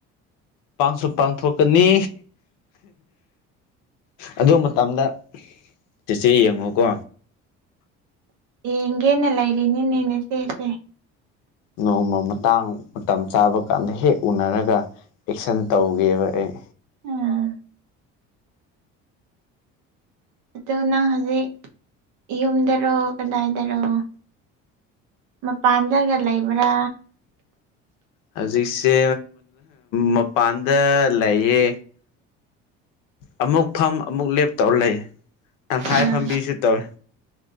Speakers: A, on the left; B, on the right.
A: ꯄꯥꯡꯁꯨ ꯄꯥꯡꯊꯣꯛꯀꯅꯤ ꯑꯗꯨ ꯃꯇꯝꯗ ꯆꯤꯆꯦ ꯌꯦꯡꯉꯣꯀꯣ
B: ꯌꯦꯡꯒꯦꯅ ꯂꯩꯔꯤꯅꯤꯅꯦ ꯅꯥꯆꯦꯁꯦ
A: ꯅꯣꯡꯃ ꯃꯇꯥꯡ ꯃꯇꯝ ꯆꯥꯕ ꯀꯥꯟꯗ ꯍꯦꯛ ꯎꯅꯔꯒ ꯑꯦꯛꯁꯟ ꯇꯧꯒꯦꯕ ꯑꯩ
B: ꯎꯝ ꯑꯗꯨ ꯅꯪ ꯍꯧꯖꯤꯛ ꯌꯨꯝꯗꯔꯣ ꯀꯗꯥꯏꯗꯔꯣ ꯃꯄꯥꯟꯗꯒ ꯂꯩꯕ꯭ꯔꯥ
A: ꯍꯧꯖꯤꯛꯁꯦ ꯃꯄꯥꯟꯗ ꯂꯩꯌꯦ ꯑꯃꯨꯛ ꯐꯝ ꯑꯃꯨꯛ ꯂꯦꯞ ꯇꯧꯔꯥ ꯂꯩꯑꯦ ꯇꯪꯈꯥꯏ
B: ꯎꯝ
A: ꯐꯝꯕꯤꯁꯨ ꯇꯧꯏ